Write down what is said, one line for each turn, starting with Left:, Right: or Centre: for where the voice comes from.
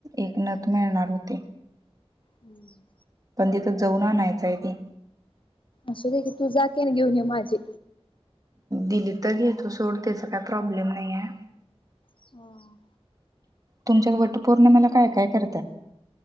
Right: एक नथ मिळणार होती.
Left: हम्म
Right: पण तिथं जाऊन आनायच आहे ते
Left: असूदे की तू जा की आणि घेऊन ये माझी
Right: दिली तर घेतो सोड त्याचा काय प्रॉब्लेम नाही हाय
Left: हुं <inaudible>
Right: तुमच्यात वटपौर्णिमेला काय- काय करत्यात?